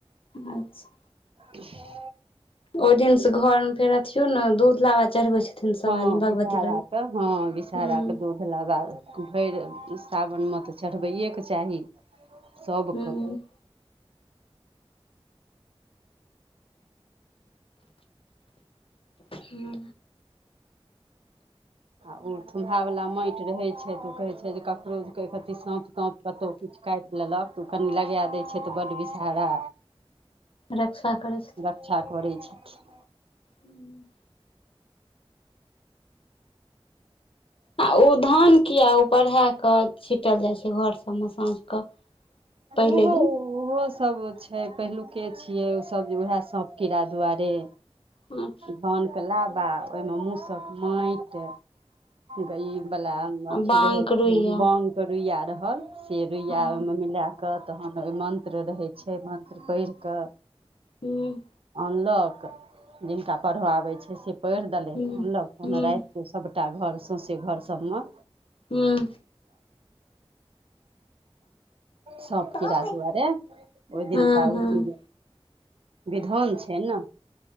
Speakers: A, on the left; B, on the right.
A: अच्छा
B: <inaudible>
A: ओहि दिन से घर मे फेर अथियो न दूध लाबा चढ़बै छथिन। सभ
B: हँ
A: आदमी
B: विषहरा
A: भगवती लग
B: के हँ विषहारा
A: हूँ
B: के दूध लाबा भरि सावनमे तऽ चढ़बैएके चाही सबके।
A: हूँ हुँ
B: आ उ थुम्हा वाला माटि रहै छै त ओ कहै छै जे ककरो जे कहीं कथी साँप ताँप कतहु किछु काटि लेलक ति ओ कनि लगे दै छै त बड्ड विषहारा
A: रक्षा करै छथिन
B: रक्षा करै छथिन
A: हूँ आ ओ धान किये उपर हे कऽ छिटल जाइ छै घर सबमे साँझके पहिले
B: ओहो
A: दिन।
B: ओहो सब छै पहिलुके छियै ओसभ जे उएह साँप कीड़ा दुआरे
A: पाँच
B: धानके लाबा ओहिमे मूसक माटि गै ई वला अथी
A: बाँक
B: रहै छै
A: रुइया
B: बांक रुइया रहल से रुइया
A: हँ
B: ओहिमे मिले कऽ तहन ओहिमे मत्र रहै छै मन्त्र पढ़ि कऽ
A: हूँ
B: अनलक जिनका पढ़ऽ आबै छै से पढ़ि देलथि
A: हूँ
B: अनलक कोनो
A: हूँ
B: राति सभटा घर सौँसे घर सबमे
A: हुँ
B: साँप
A: हूँ
B: कीड़ा दुआरे ओहि
A: हूँ
B: दिनका ओ चीज विधान छै ने